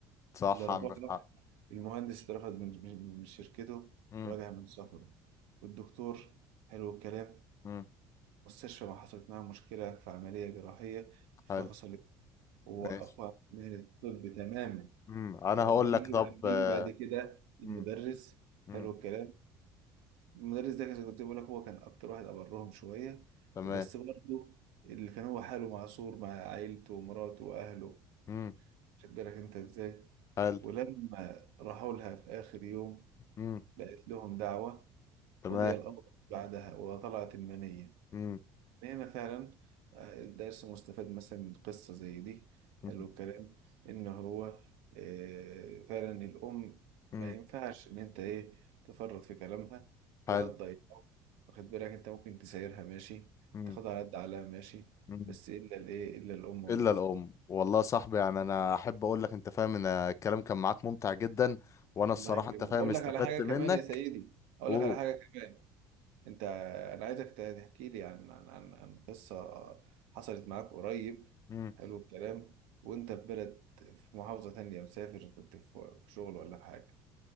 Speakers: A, on the left; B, on the right.
A: صح
B: الأربعة
A: عندك
B: بقى،
A: حق
B: المهندس اترفد من من من شركته
A: مم.
B: ورجع من سفره والدكتور حلو الكلام
A: مم.
B: المستشفى ما حصلت معاها مشكلة في عملية جراحية ففصلت
A: حلو
B: ووقفوها
A: ماشي
B: من الطب تماما
A: مم. انا
B: واما
A: هقول
B: يجي
A: لك طب
B: اما
A: آه،
B: يجي بعد كده المدرس
A: مم. مم.
B: حلو الكلام المدرس ده زي كنت بقول لك هو كان اكتر واحد ابرهم شويه
A: تمام
B: بس برضه اللي كان هو حاله معصور مع عيلته ومراته واهله
A: مم.
B: خد بالك انت ازاي
A: حلو
B: ولما راحوا لها في اخر يوم
A: مم.
B: لقيت لهم دعوه
A: تمام
B: قضي الامر بعدها وطلعت المنيه
A: مم.
B: إن هنا فعلا آه، الدرس مستفاد مثلا من قصة زي دي
A: مم.
B: حلو الكلام إن هو آه، فعلا الأم
A: مم.
B: ما ينفعش إن أنت إيه تفرط في كلامها
A: حلو
B: ولا تضايقه واخد بالك أنت ممكن تسايرها ماشي
A: مم.
B: تاخدها على قد عقلها ماشي
A: مم.
B: بس إلا الإيه إلا الأم والأخت
A: الا الام والله يا صاحبي يعني انا احب اقول لك انت فاهم ان الكلام كان معاك ممتع جدا وانا الصراحه
B: الله يكرمك
A: انت فاهم
B: وأقول
A: استفدت
B: لك على حاجة
A: منك
B: كمان يا سيدي أقول
A: اوه
B: لك على حاجة كمان انت انا عايزك تحكي لي عن عن عن عن قصة حصلت معاك قريب
A: مم.
B: حلو الكلام وانت في بلد في محافظة تانية مسافر كنت في في شغل ولا في حاجة